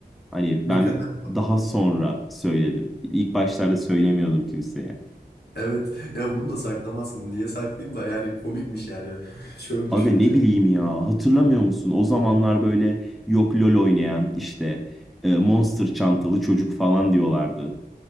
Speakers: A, in the centre; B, on the left.
A: Hani
B: Ne
A: ben
B: kadar.
A: daha sonra söyledim. İlk başlarda söylemiyordum kimseye.
B: Evet ya bunu da saklamazsın. Niye saklayayım da yani komikmiş yani. <laughs> Şöyle
A: Aga
B: düşününce.
A: ne bileyim ya hatırlamıyor musun? O zamanlar böyle yok LOL oynayan işte e, Monster çantalı çocuk falan diyorlardı.